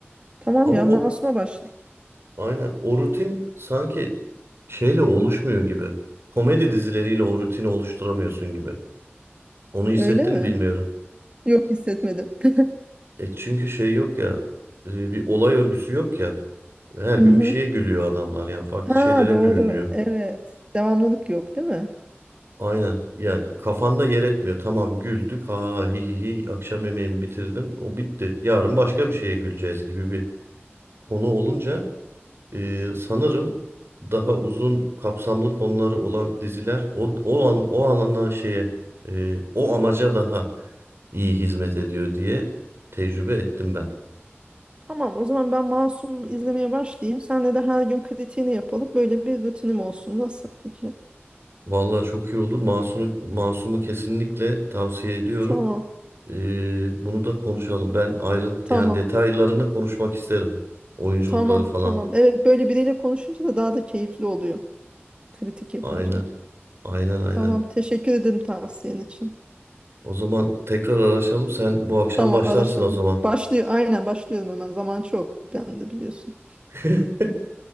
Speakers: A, on the right (about 25°); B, on the right (about 65°).
A: Tamam
B: Ama
A: ya
B: o
A: Masum'a başlayayım.
B: aynen o rutin sanki şeyle oluşmuyor gibi. Komedi dizileriyle o rutini oluşturamıyorsun gibi. Onu hissettin
A: Öyle mi?
B: mi bilmiyorum.
A: Yok hissetmedim. <laughs>
B: E çünkü şey yok ya, e, bir olay örgüsü yok ya. Her gün
A: Hı hı.
B: bir şeye gülüyor adamlar yani farklı
A: Ha
B: şeylere
A: doğru.
B: gülünüyor.
A: Evet. Devamlılık yok değil mi?
B: Aynen. Ya kafanda yer etmiyor. Tamam güldük. Ha hi hi hi. Akşam yemeğimi bitirdim. O bitti. Yarın başka bir şeye güleceğiz gibi bir konu olunca e, sanırım daha uzun kapsamlı konuları olan diziler o o an o alana şeye e, o amaca daha iyi hizmet ediyor diye tecrübe ettim ben.
A: Tamam o zaman ben Masum izlemeye başlayayım. Senle de her gün kritiğini yapalım. Böyle bir rutinim olsun. Nasıl fikir?
B: Vallahi çok iyi olur. Masum'u Masum'u kesinlikle tavsiye ediyorum.
A: Tamam.
B: Ee, bunu da konuşalım. Ben ayrı
A: Tamam.
B: yani detaylarını konuşmak isterim. Oyunculukları
A: Tamam.
B: falan.
A: Tamam. Evet böyle biriyle konuşunca da daha da keyifli oluyor. Kritik yapınca.
B: Aynen. Aynen aynen.
A: Tamam. Teşekkür ederim tavsiyen için.
B: O zaman tekrar araşalım. Sen bu akşam
A: Tamam
B: başlarsın
A: araşalım.
B: o zaman.
A: Başlıyor. Aynen başlıyorum hemen. Zaman çok bende biliyorsun.
B: <laughs>